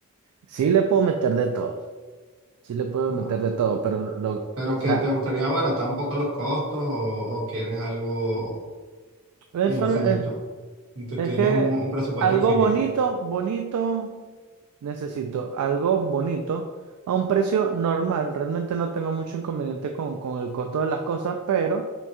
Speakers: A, on the right; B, on the right.
A: sí le puedo meter de todo, sí le puedo
B: Ah,
A: meter de todo, pero lo, o
B: Pero
A: sea,
B: que te gustaría abaratar un poco los costos o, o quieres algo
A: eso
B: infinito.
A: lo- es,
B: Y tú
A: es
B: tienes
A: que
B: un, un presupuesto
A: algo
B: infinito.
A: bonito, bonito. Necesito algo bonito a un precio normal. Realmente no tengo mucho inconveniente con, con el costo de las cosas, pero